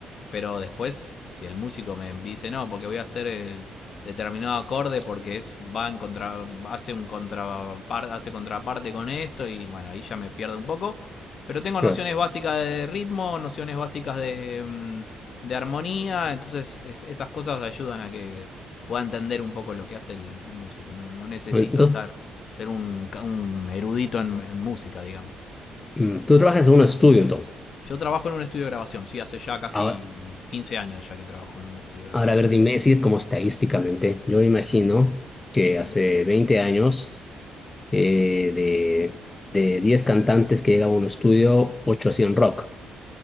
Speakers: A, on the left; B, on the left.
A: Pero después, si el músico me dice, no, porque voy a hacer el determinado acorde porque es, va en contra, hace un contraparte, hace contraparte con esto y bueno, ahí ya me pierdo un poco. Pero tengo nociones
B: Claro.
A: básicas de ritmo, nociones básicas de, mm, de armonía, entonces es- esas cosas ayudan a que pueda entender un poco lo que hace el, el músico. No, no necesito
B: Entonces,
A: estar, ser un, un erudito en- en música, digamos.
B: mm, tú trabajas en un estudio, entonces.
A: Yo trabajo en un estudio de grabación, sí, hace ya casi
B: Ahora,
A: 15 años ya que trabajo en un estudio de grabación.
B: ahora, a ver, dime, si como estadísticamente, yo imagino que hace
A: Ujú.
B: 20 años, eh, de, de 10 cantantes que llegaban a un estudio, 8 hacían rock.